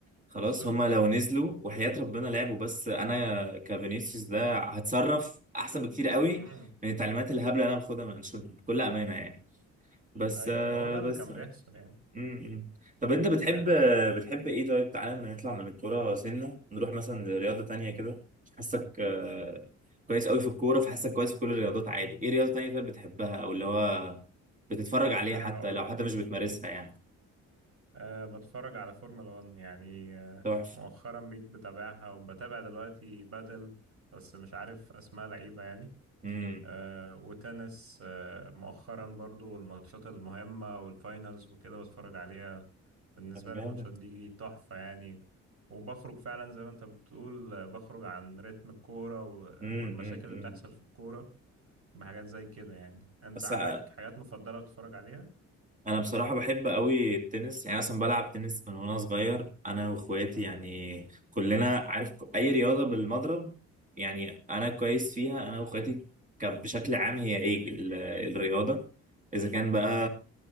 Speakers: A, on the right (about 25°); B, on the right (about 50°).
A: خلاص
B: بالظبط
A: هم لو نزلوا وحياة ربنا لعبوا بس انا كفينيسيوس ده هتصرف احسن بكتير قوي
B: امم
A: من التعليمات الهبله اللي انا باخدها من انشيلوتي بكل امانه يعني بس
B: اي
A: آه،
B: هو ده
A: بس
B: اللي كان
A: آه،
B: بيحصل يعني
A: م- م. طب انت بتحب
B: يعني
A: بتحب ايه طيب تعالى نطلع من الكوره سنه نروح مثلا لرياضه تانية كده حاسك آه، كويس قوي في الكوره فحاسك كويس في كل الرياضات عادي ايه رياضه تانية طيب بتحبها او اللي هو بتتفرج عليها
B: هقول
A: حتى لو حتى مش بتمارسها يعني
B: أه بتفرج على فورمولا 1 يعني أه
A: تحفة
B: مؤخرا بقيت بتابعها وبتابع دلوقتي بدل بس مش عارف أسماء لعيبة يعني
A: امم
B: أه وتنس أه مؤخرا برضو الماتشات المهمة والفاينلز وكده بتفرج عليها بالنسبة
A: طب جامد
B: لي الماتشات دي تحفة يعني وبخرج فعلا زي ما انت بتقول آه، بخرج عن رتم الكورة و-
A: امم
B: والمشاكل
A: امم
B: اللي
A: أمم.
B: بتحصل في الكورة بحاجات زي كده يعني انت
A: بس
B: عندك
A: أ-
B: حاجات مفضلة بتتفرج عليها؟
A: انا بصراحة بحب قوي التنس يعني اصلا بلعب تنس من وانا صغير انا واخواتي
B: امم
A: يعني كلنا عارف ك- اي رياضة بالمضرب يعني انا كويس فيها انا واخواتي كان بشكل عام هي ايه ال- الرياضة اذا كان بقى
B: امم